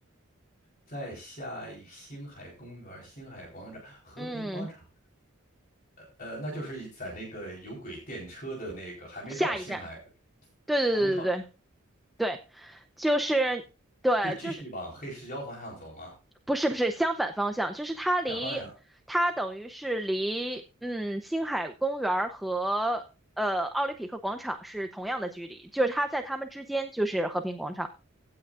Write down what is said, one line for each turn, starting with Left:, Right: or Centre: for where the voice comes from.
Left: 在下一星海公园儿星海广场、和平广场，
Centre: 嗯，
Left: 呃，那就是在那个有轨电车的那个，还没到星海，
Centre: 下一站，对对对对
Left: 还没到，
Centre: 对对，就是对，
Left: 是继续往黑石礁方向走吗？
Centre: 就是不是不是相反方向，就是它离它等于是离嗯星海公园儿和呃奥林匹克广场是同样的距离，
Left: 两方向
Centre: 就是它在它们之间就是和平广场，